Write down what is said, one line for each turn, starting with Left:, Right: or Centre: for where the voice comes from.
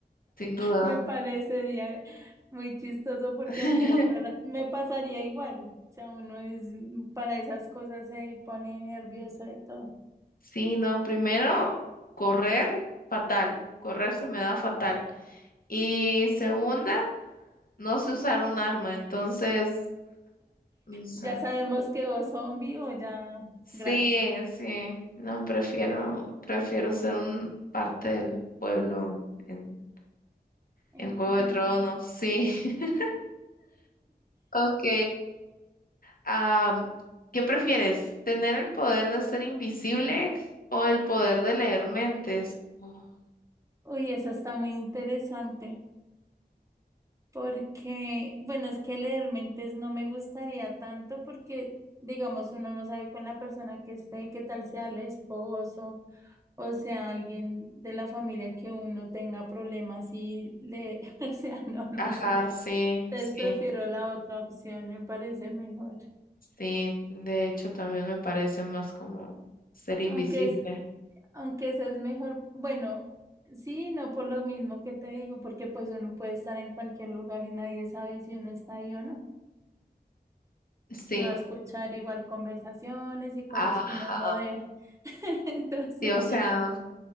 Left: sin duda.
Right: Me parece muy chistoso porque
Left: <laughs>
Right: a mí me, para- me pasaría igual. O sea, uno es mm, para esas cosas se pone nervioso de todo.
Left: Sí, no, primero, correr, fatal. Correr se me da fatal. Y segunda, no sé usar un arma, entonces, no sé.
Right: Ya sabemos que o zombie o ya
Left: Sí,
Right: grave.
Left: sí, no, prefiero, prefiero ser un parte del pueblo en,
Right: <laughs> en
Left: en
Right: juego
Left: Juego de Tronos,
Right: <laughs>
Left: sí. <laughs> Ok, am, ¿qué prefieres? ¿Tener el poder de ser invisible o el poder de leer mentes? Oh,
Right: Uy, eso está muy interesante porque, bueno, es que leer mentes no me gustaría tanto porque, digamos, uno no sabe con la persona que esté, qué tal sea el esposo. O sea, alguien de la familia que uno tenga problemas y le, <laughs> o sea, no, no
Left: Ajá,
Right: sé.
Left: sí,
Right: Entonces
Left: sí.
Right: prefiero la otra opción, me parece mejor.
Left: Sí, de hecho también me parece más como ser invisible.
Right: Aunque es, aunque esa es mejor, bueno, sí, no por lo mismo que te digo, porque pues uno puede estar en cualquier lugar y nadie sabe si uno está ahí o no.
Left: Sí,
Right: Y va a escuchar igual conversaciones y cosas
Left: ajá.
Right: que uno no debe. <laughs> Entonces,
Left: Sí, o sea,